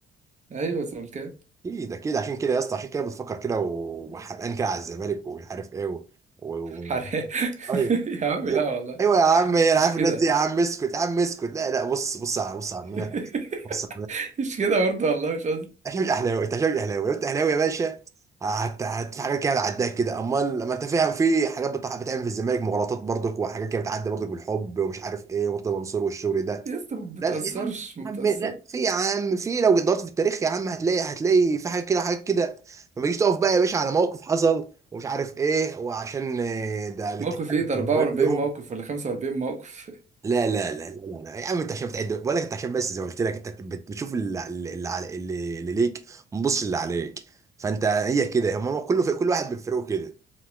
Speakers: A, on the right; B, on the right.
A: ايوه زملكاوي
B: اكيد اكيد عشان كده يا اسطى عشان كده بتفكر كده و- وحرقان كده على الزمالك ومش عارف ايه و... و... و-
A: حلال
B: ايوه
A: <laughs> يا عم لا
B: ايوه
A: والله
B: ايوه يا عم انا
A: مش
B: عارف
A: كده
B: الناس دي يا عم اسكت يا عم اسكت لا لا بص بص على بص على عمنا
A: <laughs>
B: بص
A: مش كده برضه والله مش قصدي
B: عشان مش اهلاوي انت عشان مش اهلاوي لو انت اهلاوي يا باشا هت هت في حاجات كده هتعداك كده امال لما انت فاهم في حاجات بتح... بتعمل في الزمالك مغالطات برضك وحاجات كده بتعدي برضك بالحب ومش عارف ايه ومرتضى منصور والشغل ده
A: يا اسطى ما بتأثرش
B: لا لا يا عم
A: ما
B: يا
A: بتأثر
B: عم لا في يا عم في لو دورت في التاريخ يا عم هتلاقي هتلاقي في حاجات كده حاجات كده ما تجيش تقف بقى يا باشا على موقف حصل ومش عارف ايه وعشان آه، ده الاتحاد
A: موقف ايه ده 44
B: لهم
A: موقف ولا 45 موقف <laughs>
B: لا لا لا لا لا لا. يا عم انت عشان بتعد بقول لك انت عشان بس زي ما قلت لك انت بت- بتشوف اللي اللي اللي, اللي ليك ما بتبصش اللي عليك فانت هي كده هم هم كله في كل واحد بفرقه كده